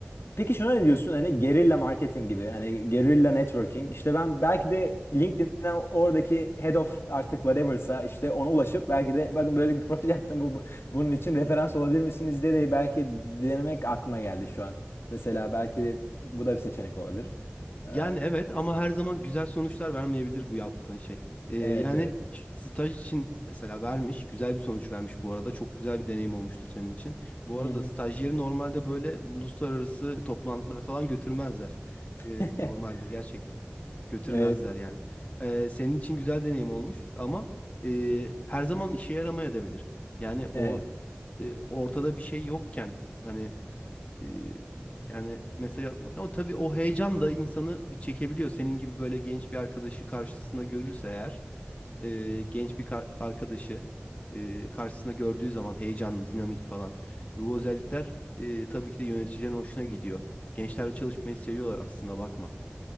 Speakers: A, on the left; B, on the left.
A: Peki şuna ne diyorsun hani gerilla marketing gibi hani gerilla networking işte ben belki de LinkedIn'den oradaki head of artık whatever'sa işte ona ulaşıp belki de bakın böyle bir <laughs> proje yaptım bu, bu- bunun için referans olabilir misiniz diye de belki denemek aklıma geldi şu an. Mesela belki de bu da bir seçenek olabilir. Ee,
B: Yani evet ama her zaman güzel sonuçlar vermeyebilir bu yaptığın şey. Ee, yani
A: evet evet.
B: ş- staj için mesela vermiş, güzel bir sonuç vermiş bu arada. Çok güzel bir deneyim olmuştur senin için. Bu
A: Hı
B: arada
A: hı.
B: stajyeri normalde böyle uluslararası toplantılara falan götürmezler. Ee,
A: <laughs>
B: normalde gerçekten götürmezler
A: Evet,
B: yani. Ee, senin için güzel deneyim olmuş ama e, her zaman işe yaramayabilir. Yani or,
A: evet.
B: e, ortada bir şey yokken hani e, yani mesaj atmak ama tabii o heyecan da insanı bir çekebiliyor. Senin gibi böyle genç bir arkadaşı karşısında görürse eğer e, genç bir kar- arkadaşı e, karşısında gördüğü zaman heyecanlı, dinamik falan. Ve Bu özellikler e, tabii ki de yöneticilerin hoşuna gidiyor. Gençlerle çalışmayı seviyorlar aslında bakma.